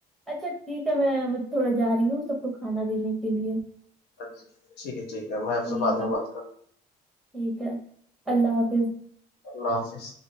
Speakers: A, in the centre; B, on the left.
A: اچھا ٹھیک ہے میں تھوڑے جا رہی ہوں سب کو کھانا دینے کے لیے
B: ا ٹھیک ہے ٹھیک ہے میں
A: ٹھیک
B: آپ سے بعد میں
A: ہے
B: بات کر ہوں
A: ٹھیک ہے اللہ حافظ
B: اللہ حافظ